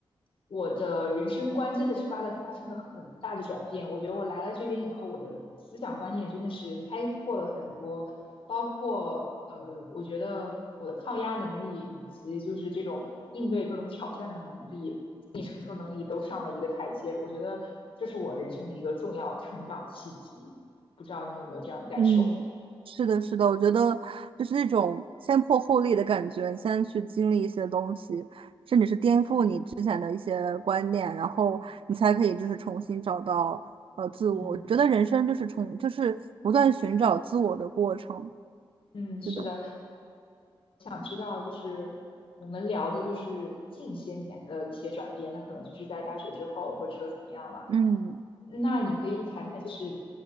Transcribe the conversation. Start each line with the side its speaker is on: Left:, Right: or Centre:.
Left: 我的人生观真的是发了发生了很大的转变。我觉得我来了这边以后，我的思想观念真的是开拓了很多，包括呃，我觉得我的抗压能力以及就是这种应对各种挑战的能力、心理承受能力都上了一个台阶。我觉得这是我人生的一个重要成长契机。不知道你有没有这样的感受？
Right: 嗯，是的，是的，我觉得就是那种先破后立的感觉，你先去经历一些东西，颠覆你之前的一些观念，然后你才可以就是重新找到呃自我。
Left: 嗯
Right: 我觉得人生就是重就是不断寻找自我的过程。
Left: 嗯，是的。
Right: 是的，
Left: 知道，就是我们聊的就是近些年的一些转变，那可能就是在大学之后，或者说怎么样了。
Right: 嗯。
Left: 那你可以谈谈，就是